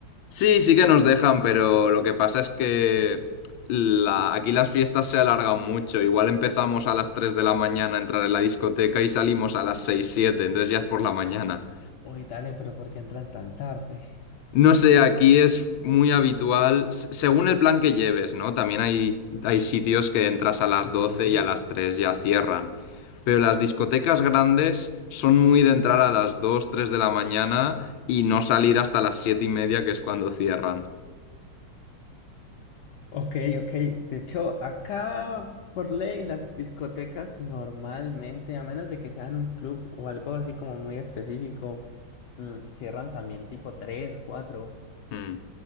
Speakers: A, on the left (about 80°); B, on the left (about 70°).
A: Sí, sí que nos dejan, pero lo que pasa es que la- aquí las fiestas se alargan mucho. Igual empezamos a las 3 de la mañana a entrar en la discoteca y salimos a las 6 7, entonces ya es por la mañana.
B: Uy, dale, pero ¿por qué entran tan tarde?
A: No sé, aquí es muy habitual, se- según el plan que lleves, ¿no? También hay, hay sitios que entras a las
B: Ujú.
A: 12 y a las 3 ya cierran. Pero las discotecas grandes son muy de entrar a las 2, 3 de la mañana y no salir hasta las 7 y media, que es cuando cierran.
B: Ok, ok. De hecho, acá por ley las discotecas normalmente, a menos de que sean un club o algo así como muy específico, mm, cierran también tipo 3, 4.
A: Mm.